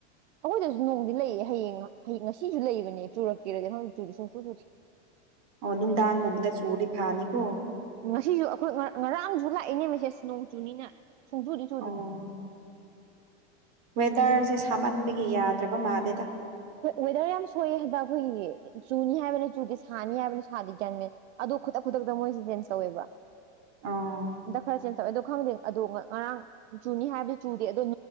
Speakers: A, on the right; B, on the right.
A: ꯑꯩꯈꯣꯏꯗꯁꯨ ꯅꯣꯡꯗꯤ ꯂꯩꯑꯦ ꯍꯌꯦꯡ ꯍꯌꯦꯡ ꯉꯁꯤꯁꯨ ꯂꯩꯕꯅꯦ ꯆꯨꯔꯛꯇꯦꯔꯗꯤ ꯍꯪ ꯆꯨꯁꯤ ꯁꯨꯡꯆꯨ ꯆꯨꯁꯤ <unintelligible>
B: ꯑꯣ ꯅꯨꯡꯝꯗꯥꯥꯡꯒꯨꯝꯕꯗ ꯆꯣꯔꯤ ꯐꯥꯅꯤꯀꯣ
A: ꯉꯁꯤꯁꯨ ꯑꯩꯈꯣꯏ ꯉꯔꯥꯡꯁꯨ ꯂꯥꯛꯏꯅꯦ ꯃꯦꯁꯦꯁ ꯅꯣꯡ ꯆꯨꯅꯤꯅ ꯁꯨꯡꯖꯨꯔꯤꯨꯔꯤ
B: ꯑꯣ ꯋꯦꯗꯔꯁꯦ ꯁꯥꯃꯟꯕꯒꯤ ꯌꯥꯗ꯭ꯔꯕ ꯃꯥꯜꯂꯦꯗ
A: ꯋꯦꯗꯔ ꯌꯥꯝ ꯁꯣꯛꯑꯦ ꯍꯟꯗꯛ ꯑꯩꯈꯣꯏꯒꯤ ꯆꯨꯅꯤ ꯍꯥꯏꯕꯅ ꯆꯨꯗꯤ ꯁꯥꯅꯤ ꯍꯥꯏꯕꯅ ꯁꯥꯗꯤ ꯒ꯭ꯌꯥꯟꯃꯦꯟ ꯑꯗꯨꯗ ꯈꯨꯗꯛ ꯈꯨꯗꯛꯇ ꯃꯣꯏꯁꯦ ꯆꯦꯟꯖ ꯇꯧꯋꯦꯕ
B: ꯑꯣ
A: ꯍꯟꯗꯛ ꯈꯔ ꯆꯦꯟꯖ ꯇꯧꯋꯦ ꯑꯗꯣ ꯈꯪꯗꯦ ꯑꯗꯣ ꯉꯔꯥꯡ ꯆꯨꯅꯤ ꯍꯥꯏꯕꯗꯤ ꯆꯨꯗꯦ ꯑꯗꯣ